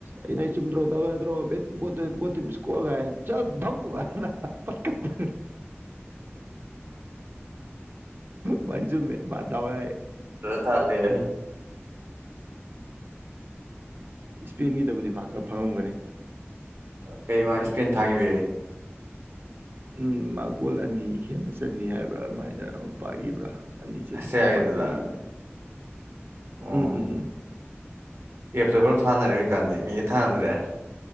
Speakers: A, on the right (about 50°); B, on the right (about 65°).
A: ꯑꯩꯅ ꯆꯨꯝꯗ꯭ꯔꯣꯕꯗ꯭ꯔꯣꯣ ꯄꯣ ꯃꯤꯁꯀꯣꯜ ꯆ ꯊꯝ ꯄꯀꯥ ꯄ ꯃꯥꯏꯁꯨ ꯃ ꯃꯥ ꯇꯋ
B: ꯊꯥ ꯂꯩꯔꯦ
A: ꯏꯁꯄꯦꯟꯒꯤꯗꯕꯨꯗꯤ ꯃꯥ ꯈꯔ ꯐꯪꯉꯝꯒꯅꯤ
B: ꯀꯩ ꯋꯥ ꯏꯁꯄꯦꯟ ꯊꯥꯈꯤꯕꯦ
A: ꯎꯝ ꯃꯥꯒꯣꯜ ꯑꯅꯤ ꯍꯦꯟꯅ ꯆꯟꯅꯤ ꯍꯥꯏꯕ꯭ꯔꯥ ꯑꯗꯨꯃꯥꯏꯅ ꯑꯃ ꯄꯥꯏꯕ꯭ꯔꯥ ꯑꯅꯤ ꯆꯠꯅꯤ
B: ꯑꯁꯇ꯭ꯔꯤꯌꯥꯒꯤꯗꯨꯗ
A: ꯑꯗꯨꯃꯥꯏꯅ ꯑꯣꯏꯈꯤꯕꯅꯦ
B: ꯑꯣ
A: ꯎꯝ ꯎꯝ ꯎꯝ ꯎꯝ
B: ꯑꯦꯞꯇ ꯄꯨꯂꯞ ꯊꯥꯅꯔꯦ ꯍꯧꯖꯤꯛꯀꯥꯟꯗꯤ ꯃꯤꯒ ꯊꯥꯅꯗ꯭ꯔꯦ